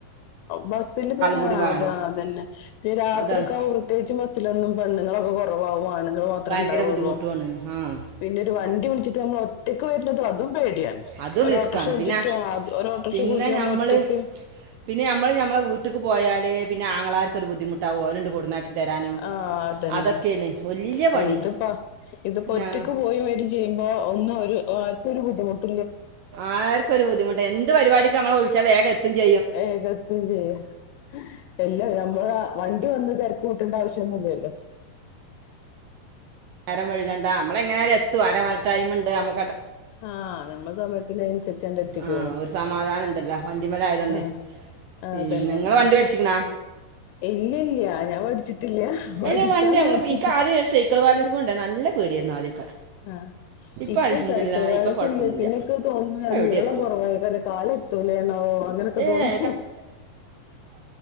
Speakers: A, on the left (about 85°); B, on the right (about 80°).
A: ബസിില് പിന്നെ
B: കൂടി വേണം
A: അത അതെല്ല പിന്നെ രാത്രി
B: അതാണ്
A: ഒക്കെകുമ്പോ പ്രത്യേകിും ബസ്സിലൊന്നും ബന്ധങ്ങളൊക്കെ കുറവാവുാണ് തോ മാത്രോ
B: ഭയങ്കര
A: ഇണ്ടാവൊള്ളു
B: ബുദ്ധിമുട്ടുമാണ് ആ
A: പിന്നെ ഒര് വൻ ട്ടെ വിളിച്ചിട്ട് നമ്മൾ ഒറ്റയ്ക്ക് വെര്ന്നതും അതും പേടി ടിയാണ്
B: അതും
A: ഒര്
B: റിസ്ക്കാണ്
A: ഓട്ടോർക്ഷ വിളിച്ചിട്ട്
B: പിന്നെ
A: ആ ഒര് ഓട്ടോർഷ
B: പിന്നെ
A: ഒക്കെ വുൾച്ച് ഞമ്മൾ
B: ഞമ്മള്
A: ഒറ്റക്ക്
B: പിന്നെ ഞമ്മൾ ഞമ്മളെ വീട്ട്ക്ക് പോയാൽ പിന്നെ ആങ്ങളാര്ക്ക് ഒര് ബുദ്ധി മുട്ടാവും ഓൽ ഇണ്ട് കൊട്ന്നാക്കി തരാനും
A: ആ അതെന്നെ
B: അതൊക്കേണ് വല്ല്യ പണി
A: ഇതിപ്പ ഇത്പ്പ
B: ഞാ
A: ഒറ്റക്ക് പോയി വെരും ചെയ്യുമ്പോ ഒന്നും ഒരു ആര്ക്കും ഒര് ബുദ്ധിമുട്ട്
B: ആര്ക്കും ഒരു ബുദ്ധിമുട്ട് എന്ത് പരിപാടിക്ക് നമ്മളെ വിളിച്ചാ വേഗം എത്തും ചെയ്യാ
A: വേഗം എത്തും ചെയ്യും എല്ലാ നമ്മൾ ആ വണ്ടി വന്ന് തെരക്കുട്ടേണ്ട ആവശ്യം ഒന്നും ഇല്ലല്ലോ
B: നേരം വെഴ്കണ്ട നമ്മൾ എങ്ങനെ ആയാലും എത്തും അരമായി ടൈമ് ഇണ്ട് നമ്മ
A: ആ ഞമ്മൾ സമയത്തിന് അനുസരിച്ചാണ്ട് എത്തിക്കോളും
B: ആ ഒരു സമാധാനണ്ടല്ലോ വണ്ടിമ്മലായതോണ്ട്
A: ആ ആ
B: പിന്നെ
A: അതെന്നെ അതെന്നെ
B: ഇങ്ങള് വണ്ടി പഠിച്ചിക്ക്ണാ
A: ഇല്ലയില്ല ഞാൻ പഠിച്ചിട്ടില്ല പഠിക്കാൻ
B: അയ്ന് വണ്ടി നമ്മള്
A: നോക്കിട്ട്
B: ഇൻക്ക് ആദ്യം ഒരു സൈക്കിൾ ബാലൻസും കൊണ്ട് നല്ല പേടായിരുന്നു ആദ്യൊക്കെ
A: ആഹ്
B: ഇപ്പ
A: ഇക്കും
B: അൽഹംദുലില്ലാഹ്
A: സൈക്കിൾ ബാലൻസ്
B: ഇപ്പ കൊഴപ്പൊന്നില്ല
A: ഇല്ല പിന്നെ ഇക്ക് തോന്നുന്നു
B: ഇപ്പ എവ്ടിം
A: നീളം
B: എത്തും
A: കുറവായിക്കാണ്ട് കാല് എത്തൂലേന്നാവോ അങ്ങനൊക്കെ
B: ഏ
A: തോന്നും
B: എ